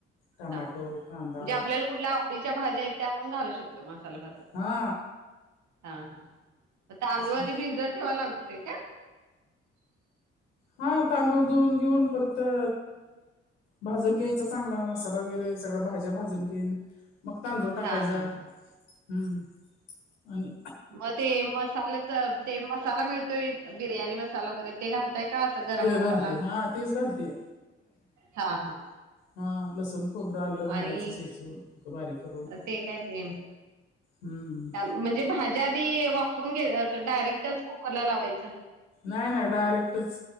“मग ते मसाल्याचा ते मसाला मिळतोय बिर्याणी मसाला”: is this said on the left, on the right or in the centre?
Right